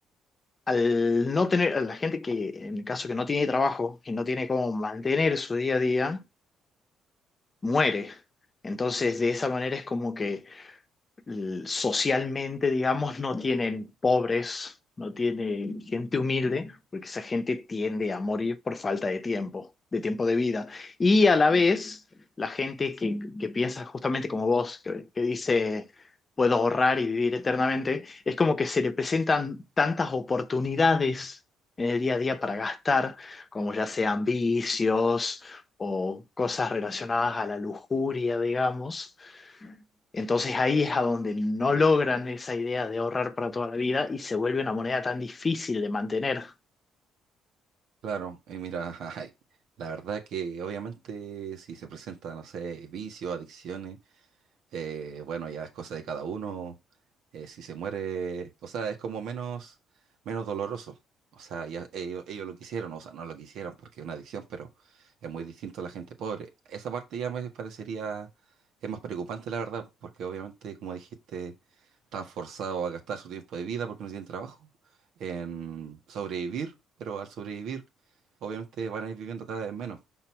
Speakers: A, on the left; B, on the right.
A: al no tener, a la gente que en el caso que no tiene trabajo y no tiene cómo mantener su día a día, muere. Entonces, de esa manera es como que l- socialmente, digamos, no tienen pobres, no tienen gente humilde, porque esa gente tiende a morir por falta de tiempo, de tiempo de vida. Y a la vez, la gente que, que piensa justamente como vos, que, que dice, puedo ahorrar y vivir eternamente, es como que se le presentan tantas oportunidades en el día a día para gastar, como ya sean vicios o cosas relacionadas a la lujuria, digamos entonces ahí es a donde no logran esa idea de ahorrar para toda la vida y se vuelve una moneda tan difícil de mantener.
B: Claro, y mira, <laughs> ay, la verdad que obviamente si se presenta, no sé, vicios, adicciones. Eh, bueno, ya es cosa de cada uno. eh, si se muere, o sea, es como menos, menos doloroso. O sea, ya ellos, ellos lo quisieron, o sea, no lo quisieron porque es una adicción, pero es muy distinto a la gente pobre. Esa parte ya me parecería, es más preocupante, la verdad, porque obviamente, como dijiste, están forzados a gastar su tiempo de vida porque no tienen trabajo, en sobrevivir, pero al sobrevivir, obviamente van a ir viviendo cada vez menos.